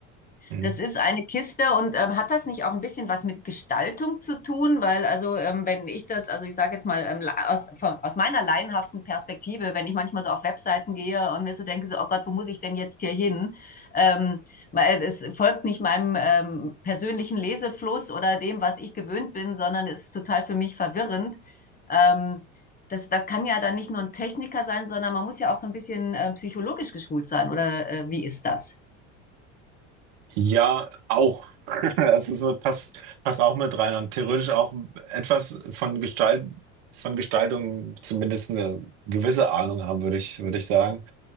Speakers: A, on the right; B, on the left.
A: Hm.
B: Das ist eine Kiste und ähm, hat das nicht auch ein bisschen was mit Gestaltung zu tun? Weil also ähm, wenn ich das, also ich sage jetzt mal ähm, aus, von, aus meiner laienhaften Perspektive, wenn ich manchmal so auf Webseiten gehe und mir so denke, so, oh Gott, wo muss ich denn jetzt hier hin? Ähm, weil es folgt nicht meinem ähm, persönlichen Lesefluss oder dem, was ich gewöhnt bin, sondern es ist total für mich verwirrend. Ähm, das, das kann ja dann nicht nur ein Techniker sein, sondern man muss ja auch so ein bisschen äh, psychologisch geschult sein. Oder äh, wie ist das?
A: Ja, auch. <laughs> Das ist so, passt, passt auch mit rein und theoretisch auch etwas von Gestalt, von Gestaltung zumindest eine gewisse Ahnung haben, würde ich, würde ich sagen.